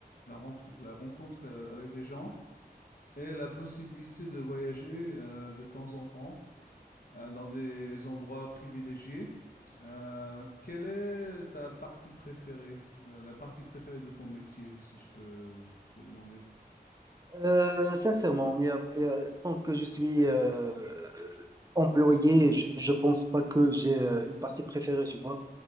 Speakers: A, on the left; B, on the right.
A: la, rentre- la rencontre euh, avec les gens et la possibilité de voyager euh, de temps en temps euh, dans des endroits privilégiés. Euh, quelle est ta partie préférée, la la partie préférée de ton métier, si je peux te demander?
B: Euh, sincèrement, il y a- il y a- tant que je suis euh, employé, je, je pense pas que j'ai euh, une partie préférée, tu vois.